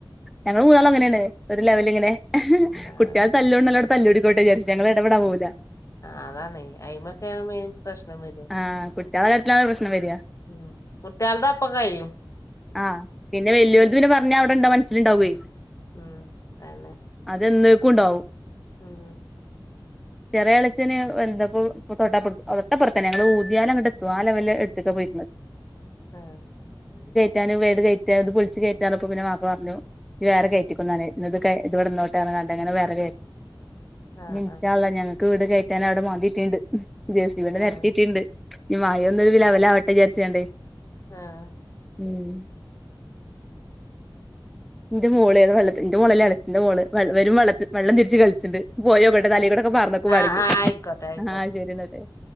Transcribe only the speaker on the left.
ആഹ്
ആ അതാാണ് അയി്മക്കെയാണ് മെൻ പ്രശ്നം വര്
ഉ കുട്ടിയൽതാ അപ്പൊ കയും
ഉം അതന്നെ
ഉം
ആഹ്
ആഹ്
ആഹ്
ആഹ
ആഹ്
ആഹ്
ആഹ് ആയിക്കോട്ടെ ആയിക്കോട്ടെ